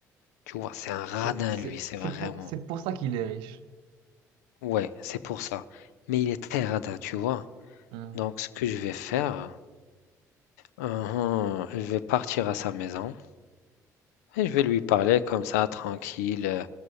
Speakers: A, on the left; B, on the right.
A: Tu vois, c'est un
B: C'est
A: radin,
B: c'est-
A: lui, c'est
B: c'est
A: vraiment.
B: pour, c'est pour ça qu'il est riche.
A: Ouais, c'est pour ça. Mais il est très radin, tu vois.
B: Hein.
A: Donc, ce que je vais faire, uhum, je vais partir à sa maison et je vais lui parler comme ça, tranquille. euh,